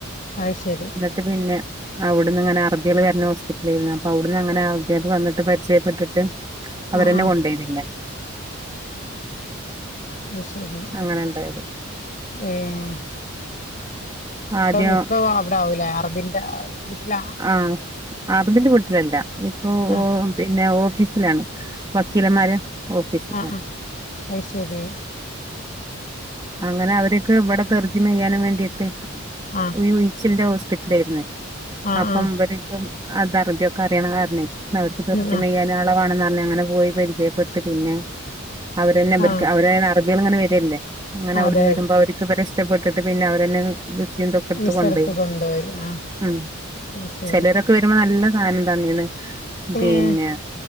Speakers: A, on the left; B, on the right.
A: അയ് ശരി
B: എന്നിട്ട് പിന്നെ അവിടന്ന്ങ്ങനെ അറബികൾ വരണ ഹോസ്പിറ്റലായിരുന്നു അപ്പൊ അവിടന്ന് അങ്ങനെ അറബികള് വന്നിട്ട് പരിചയപ്പെട്ടിട്ട് അവരെന്നെ
A: ആഹ് ആഹ്
B: കൊണ്ടോയി പിന്നെ
A: അഹ് ശരി
B: അങ്ങനെ ഇണ്ടായത്
A: ഏഹ് ഇപ്പ
B: ആദ്യം
A: ഇപ്പൊ അവിടെ ആവൂലേ അറബിന്റെ വീട്ടിലാ
B: ആഹ് അറബിന്റെ വീട്ടിലല്ല ഇപ്പൊ
A: ആഹ്
B: ഓ പിന്നെ ഓഫീസിലാണ് വക്കീലന്മാരെ ഓഫീസിലാണ്
A: ആഹ് ആഹ് അയ് ശെരി
B: അങ്ങനെ അവരിക്ക് ഇവിടെ തെർജിമ ചെയ്യാനും വേണ്ടിയിട്ട്
A: ആഹ്
B: ഈ ഉഴിച്ചിളിന്റെ ഹോസ്പിറ്റലായിരുന്ന്
A: ആഹ്
B: അപ്പം
A: ആഹ്
B: ഇവരിപ്പം അത് അറബി ഒക്കെ അറിയണ കാരണേ അവർക്ക് തർജിമ
A: ഉം ആഹ്
B: ചെയ്യാൻ ആളെ വാണെന്ന് പറഞ് അങ്ങനെ പോയി പരിചയപ്പെട്ട് പിന്നെ അവരന്നെ ഇവർക്ക്
A: ആഹ്
B: അവരെ അറബികളിങ്ങനെ വരല്ലേ അങ്ങനെ
A: അതെ
B: അവിടുന്ന്
A: അതെ
B: വരുമ്പോ അവരിക്ക് ഇവരെ ഇഷ് ട്ടപ്പെട്ടിട്ട് പിന്നെ അവരന്നെ വിസയും ഇതൊക്കെടുത്ത്
A: വിസെടുത്ത്
B: കൊണ്ടോയി
A: കൊണ്ടുപോയി ആഹ്
B: ഉം
A: അത് ശരി
B: ചിലരൊക്കെ വരുമ്പോ നല്ല സാധനം തന്നീണ് പിന്നെ
A: ഏഹ്